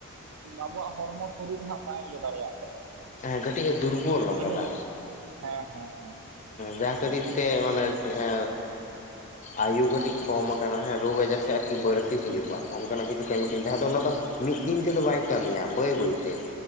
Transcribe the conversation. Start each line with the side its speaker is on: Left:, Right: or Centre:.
Right: ᱟᱵᱚᱣᱟᱜ ᱦᱚᱲᱢᱚ ᱥᱚᱨᱤᱨ ᱨᱮ ᱦᱟᱸᱜ ᱵᱟᱭ ᱤᱭᱟᱹ ᱫᱟᱲᱮᱭᱟᱜ ᱠᱟᱱᱟᱭ ᱚᱱᱟ᱾ ᱫᱚ
Left: ᱦᱮᱸ ᱠᱟᱹᱴᱤᱡ ᱮ ᱫᱩᱨᱵᱚᱞ ᱟᱠᱟᱫᱟ᱾
Right: ᱤᱱᱟᱹ ᱠᱟᱛ ᱦᱮᱸ ᱦᱮᱸ ᱦᱮᱸ᱾
Left: ᱡᱟᱦᱟᱸ ᱠᱷᱟᱛᱤᱨ ᱛᱮ ᱢᱟᱱᱮ ᱮ ᱮ ᱟᱭᱩ ᱠᱟᱹᱴᱤᱡ ᱠᱚᱢ ᱟᱠᱟᱱᱟ ᱦᱮ, ᱨᱳᱜᱽ ᱟᱡᱟᱨ ᱛᱮ ᱟᱨᱠᱤ ᱵᱟᱹᱲᱛᱤ ᱦᱩᱭᱩᱜᱼᱟ᱾ ᱚᱱᱠᱟᱱᱟᱜ ᱠᱤᱪᱷᱩ ᱠᱟᱢᱤ ᱵᱤᱱ ᱡᱟᱦᱟᱸ ᱫᱚ ᱚᱱᱟ ᱫᱚ ᱢᱤᱫ ᱫᱤᱱ ᱛᱮᱫᱚ ᱵᱟᱭ ᱠᱟᱢᱤᱭᱟ ᱵᱟᱹᱭ ᱵᱟᱹᱭᱛᱮ᱾